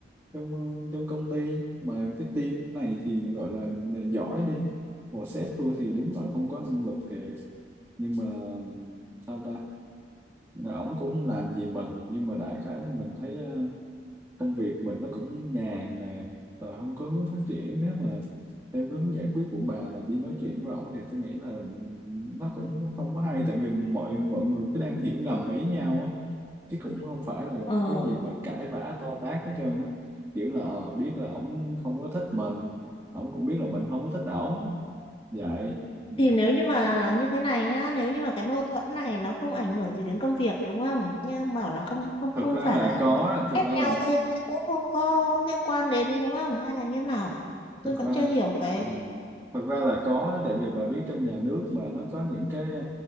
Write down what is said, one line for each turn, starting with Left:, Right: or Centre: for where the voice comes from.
Right: trong ờ, trong công ty mà cái team này thì gọi là giỏi đi còn sếp tôi thì đúng là không có năng lực thiệt nhưng mà ừm, sao ta ổng cũng không làm gì mình nhưng mà đại khái mình thấy ờ, công việc mình nó cũng nhàn nè rồi không có hướng phát triển nếu mà theo cái hướng giải quyết của bà là đi nói chuyện với ổng thì tôi nghĩ là nó cũng không có hay tại vì mọi mọi người cứ đang hiểu ngầm ý nhau á chứ cũng không phải là
Left: ờ
Right: có gì mà cãi vã to tát hết trơn á kiểu là ờ, biết là ổng không có thích mình ổng cũng biết là mình không có thích ổng vậy ừ.
Left: thì nếu như mà như thế này nhá nếu như mà cái mâu thuẫn này nó không ảnh hưởng gì đến công việc đúng không như ông bảo là không không
Right: thực
Left: không
Right: ra
Left: phải
Right: là
Left: là
Right: có đó, thực
Left: ghét
Right: ra là
Left: nhau thôi chứ cũng không có liên quan đến đúng không hay là như nào tôi
Right: thực
Left: vẫn
Right: ra
Left: chưa hiểu cái
Right: ừ, thực ra là có tại vì bà biết trong nhà nước mà nó có những cái